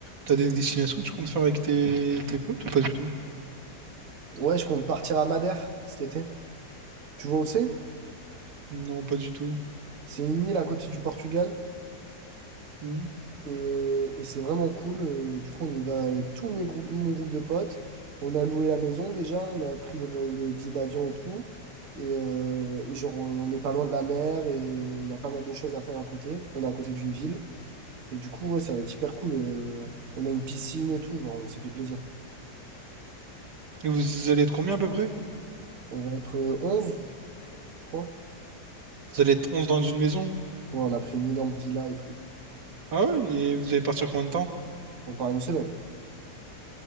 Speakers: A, on the right; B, on the right.
A: T'as des destinations que tu comptes faire avec tes, tes potes ou pas du tout?
B: Ouais, je compte partir à Madère cet été. Tu vois où c'est?
A: Non, pas du tout.
B: C'est une île à côté du Portugal.
A: Hmm.
B: Et, euh, et c'est vraiment cool. Euh, du coup, on y va avec tout mes groupes, mon groupe de potes. On a loué la maison déjà, on a pris les, les billets d'avion et tout. Et, euh, et genre, on n'est pas loin de la mer et il y a pas mal de choses à faire à côté. On est à côté d'une ville. Et du coup, ouais, ça va être hyper cool. Euh, on a une piscine et tout, genre, on s'est fait plaisir.
A: Et vous allez être combien à peu près?
B: On va être euh, 11, je crois.
A: Vous allez être 11 dans une maison?
B: Ouais, on a pris une énorme villa et tout.
A: Ah ouais? Et vous allez partir combien de temps?
B: On part une semaine.